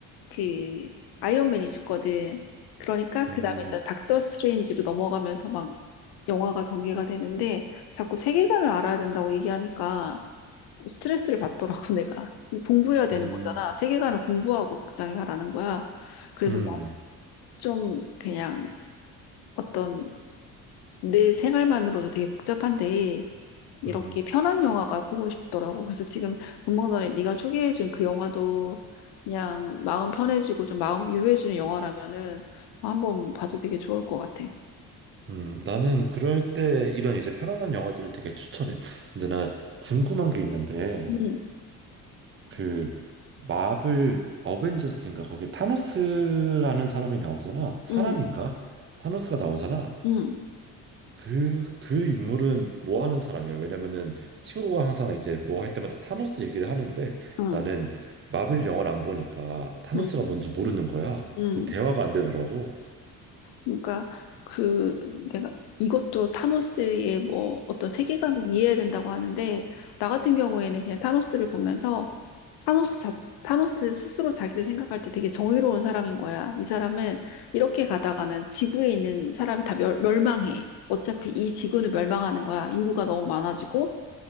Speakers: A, on the left; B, on the right.
A: 그 아이언맨이 죽거든. 그러니까
B: 음,
A: 그 다음에 이제 닥터 스트레인지로 넘어가면서 막 영화가 전개가 되는데 자꾸 세계관을 알아야 된다고 얘기하니까 스트레스를 받더라고, <laughs> 내가. 공부해야 되는
B: 음,
A: 거잖아. 세계관을 공부하고 극장에 가라는 거야. 그래서
B: 음,
A: 나는 좀 그냥 어떤 내 생활만으로도 되게 복잡한데 이렇게
B: 음,
A: 편한 영화가 보고 싶더라고. 그래서 지금 분명 전에 네가 소개해준 그 영화도 그냥 마음 편해지고 좀 마음 유로해주는 영화라면은 한번 봐도 되게 좋을 것 같아.
B: 음. 나는 그럴 때 이런 이제 편안한 영화들을 되게 추천해. 근데 난 궁금한 게 있는데
A: 응,
B: 그 마블 어벤져스인가? 거기 타노스라는 사람이 나오잖아. 사람인가?
A: 응,
B: 타노스가 나오잖아.
A: 응,
B: 그, 그 인물은 뭐 하는 사람이야? 왜냐면은 친구가 항상 이제 뭐 할 때마다 타노스 얘기를 하는데
A: 응,
B: 나는 마블 영화를 안 보니까 타노스가
A: 응,
B: 뭔지 모르는 거야.
A: 응.
B: 그래서 대화가 안 되더라고.
A: 그러니까 그 내가 이것도 타노스의 뭐 어떤 세계관을 이해해야 된다고 하는데 나 같은 경우에는 그냥 타노스를 보면서 타노스 자, 타노스 스스로 자기를 생각할 때 되게 정의로운 사람인 거야. 이 사람은 이렇게 가다가는 지구에 있는 사람이 다 멸, 멸망해. 어차피 이 지구는 멸망하는 거야. 인구가 너무 많아지고